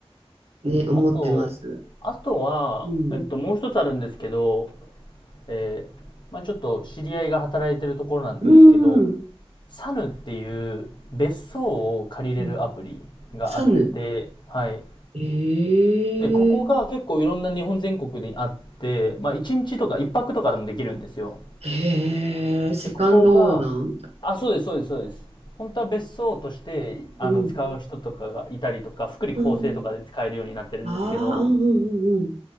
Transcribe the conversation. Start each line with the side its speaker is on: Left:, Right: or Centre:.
Right: ね、思ってます。
Left: あと、あとは、
Right: うん。
Left: えっと、もう一つあるんですけど、えーまあ、ちょっと知り合いが働いてるところなんですけど、
Right: うん。
Left: サヌっていう別荘を借りれるアプリがあって、
Right: うんサヌ。
Left: はい。
Right: へえ。
Left: で、ここが結構いろんな日本全国であって、まあ、1日とか1泊とかでもできるんですよ。
Right: へえ。セカンドオーナーみた
Left: で、ここが、あ、そうです、そうです、そうです。本当は別荘として、
Right: いな。
Left: あの、
Right: うん。
Left: 使う人とかがいたりとか、福利厚生とかで使えるようになってるんですけど、
Right: うんああ、うんうんうんうん。